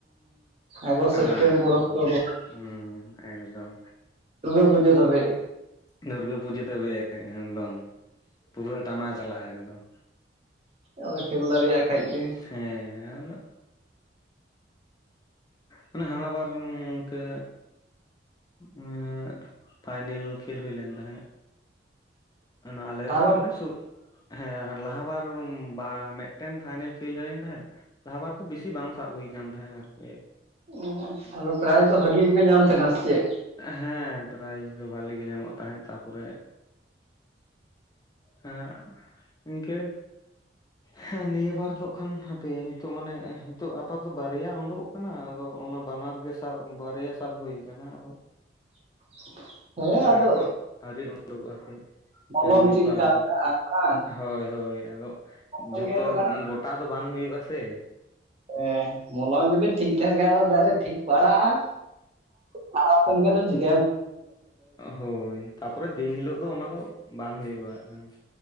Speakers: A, on the right (about 35°); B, on the left (about 20°).
A: ᱟᱜᱚᱥᱴ
B: ᱴᱟᱱᱟ
A: ᱥᱮᱯᱴᱮᱢᱵᱚᱨ
B: ᱮᱠᱫᱚᱢ
A: ᱚᱠᱴᱳᱵᱚᱨ
B: ᱦᱩᱸ ᱮᱠᱫᱚᱢ᱾
A: ᱫᱩᱨᱜᱟ ᱯᱩᱡᱟᱹ ᱫᱷᱟᱹᱵᱤᱡ᱾
B: ᱫᱩᱨᱜᱟᱹ ᱯᱩᱡᱟᱹ ᱫᱷᱟᱹᱵᱤᱡ ᱮᱠᱫᱚᱢ ᱯᱩᱨᱟᱹ ᱴᱟᱱᱟ ᱪᱟᱞᱟᱜ-ᱟ ᱮᱠᱫᱚᱢ᱾
A: ᱟᱫᱚ ᱠᱷᱮᱞ ᱫᱟᱲᱮᱭᱟᱜ ᱠᱷᱟᱡ ᱜᱮ᱾
B: ᱦᱮᱸ ᱟᱫᱚ ᱦᱟᱱᱮ ᱦᱟᱱᱟ ᱵᱟᱨ ᱤᱱᱠᱟᱹ ᱮᱸᱜᱻᱯᱷᱟᱭ ᱱᱮᱞ ᱠᱷᱮᱞ ᱦᱩᱭ ᱞᱮᱱ ᱛᱟᱦᱮᱸᱜ᱾ ᱚᱱᱟ ᱟᱞᱮᱭᱟᱜ
A: ᱟᱵᱟᱨ
B: ᱟᱞᱮ ᱥᱩᱜ ᱦᱮᱸ ᱞᱟᱦᱟ ᱵᱟᱨ ᱵᱟ ᱢᱤᱫᱴᱮᱱ ᱯᱷᱟᱭᱱᱮᱞ ᱠᱷᱮᱞ ᱦᱳᱭ ᱞᱮᱱ ᱛᱟᱦᱮᱸᱜ᱾ ᱞᱟᱦᱟ ᱵᱟᱨ ᱫᱚ ᱵᱮᱥᱤ ᱵᱟᱝ ᱥᱟᱵ ᱦᱩᱭ ᱠᱟᱱ ᱛᱟᱦᱮᱸᱫ ᱟᱨ
A: ᱚ ᱟᱫᱚ ᱯᱨᱟᱭᱤᱡᱽ ᱫᱚ ᱵᱷᱟᱜᱤ ᱜᱮᱯᱮ ᱧᱟᱢ ᱛᱟᱦᱮᱱᱟ ᱥᱮ ᱪᱮᱫ?
B: ᱦᱮᱸ ᱯᱨᱟᱭᱤᱡᱽ ᱫᱚ ᱵᱷᱟᱞᱤ ᱜᱮ ᱧᱟᱢᱚᱜ ᱛᱟᱦᱮᱸᱫ᱾ ᱛᱟᱯᱚᱨᱮ ᱦᱮ ᱤᱱᱠᱟᱹ ᱦᱮ ᱱᱤᱭᱟᱹ ᱵᱟᱨ ᱫᱚ ᱠᱷᱟᱱ ᱦᱟᱯᱮ ᱱᱤᱛᱳᱜ ᱢᱟᱱᱮ ᱱᱤᱛᱚᱜ ᱟᱯᱟᱛᱚ ᱵᱟᱨᱭᱟ ᱩᱰᱩᱜ ᱠᱟᱱᱟ ᱟᱫᱚ ᱚᱱᱟ ᱵᱟᱱᱟᱨ ᱜᱮ ᱥᱟᱵ ᱵᱟᱨᱭᱟ ᱥᱟᱵ ᱦᱩᱭ ᱠᱟᱱᱟ ᱟᱫᱚ
A: <inaudible> ᱦᱮᱸ ᱟᱫᱚ
B: ᱮᱠᱷᱚᱱ ᱟᱹᱣᱨᱤ ᱩᱰᱩᱠᱚᱜ-ᱟ ᱦᱟᱯᱮ
A: ᱢᱚᱞᱚᱝ
B: ᱦᱮᱱᱵᱤᱞ
A: ᱪᱮᱫ
B: ᱠᱟᱹᱣᱨᱤ
A: ᱞᱮᱠᱟ ᱢᱮᱱᱟᱜᱼᱟ
B: ᱠᱚ
A: ᱵᱟᱝ
B: ᱦᱳᱭ, ᱦᱳᱭ᱾ ᱟᱫᱚ
A: ᱢᱚᱞᱚᱝ
B: ᱡᱷᱚᱛᱚ
A: ᱜᱮ ᱦᱩᱭᱩᱜ ᱠᱟᱱᱟ
B: ᱜᱚᱴᱟ ᱫᱚ ᱵᱟᱝ ᱦᱩᱭᱩᱜ-ᱟ ᱥᱮ᱾
A: ᱦᱮᱸ ᱢᱚᱞᱚᱢ ᱡᱩᱫᱤ ᱴᱷᱤᱠ ᱴᱮᱱ ᱠᱷᱟᱱ ᱛᱟᱦᱚᱞᱮ ᱴᱷᱤᱠ ᱯᱟᱲᱟᱜ-ᱟ᱾ ᱦᱟᱨᱟᱣ ᱦᱚᱪᱚᱭ ᱮᱱ ᱠᱷᱟᱱ ᱫᱚ ᱪᱤᱠᱟᱹ
B: ᱦᱳᱭ ᱛᱟᱯᱚᱨᱮ ᱫᱤᱱ ᱦᱤᱞᱳᱜ ᱫᱚ ᱚᱱᱟ ᱫᱚ ᱵᱟᱝ ᱦᱩᱭᱩᱜ-ᱟ ᱦᱟᱸᱜ ᱠᱷᱟᱱ᱾